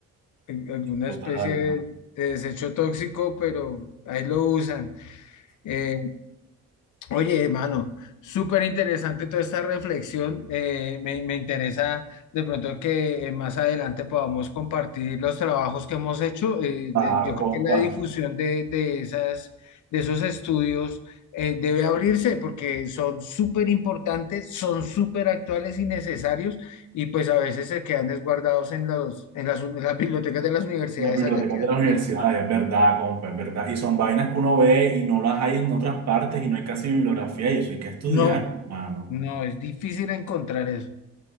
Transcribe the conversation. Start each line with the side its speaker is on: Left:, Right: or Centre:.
Left: alguna
Right: total.
Left: especie de, de desecho tóxico, pero ahí lo usan. Eh, Oye, hermano, súper interesante toda esta reflexión. eh, me, me interesa de pronto que eh, más adelante podamos compartir los trabajos que hemos hecho. eh,
Right: Claro,
Left: de- yo creo
Right: compa.
Left: que la difusión de, de esas, de esos estudios eh, debe abrirse porque son súper importantes, son súper actuales y necesarios y pues a veces se quedan desguardados en los, en las, en las bibliotecas de las universidades,
Right: Las bibliotecas
Left: allá quedan
Right: de las universidades,
Left: bien.
Right: es verdad, compa, es verdad. Y son vainas que uno ve y no las hay en otras partes y no hay casi bibliografía y eso hay que estudiar,
Left: No,
Right: mano.
Left: no, es difícil encontrar eso.